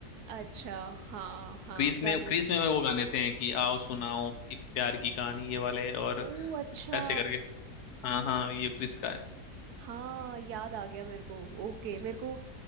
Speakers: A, on the right; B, on the left.
A: अच्छा हाँ हाँ
B: क्रिस
A: गाने
B: में क्रिस में वो गाने थे कि आओ सुनाओ एक प्यार की कहानी ये वाले और
A: ओ अच्छा
B: ऐसे करके हाँ हाँ ये क्रिस का है
A: हाँ याद आ गया मेरे को ओके मेरे को